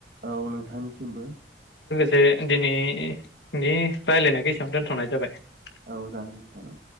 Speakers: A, on the right; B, on the left.
A: औ नोंथांनिसिमबो
B: से दिनै नि रायलायनायखौ एसेयावनो दोन्थनाय जाबाय
A: औ जागोन नोंथां।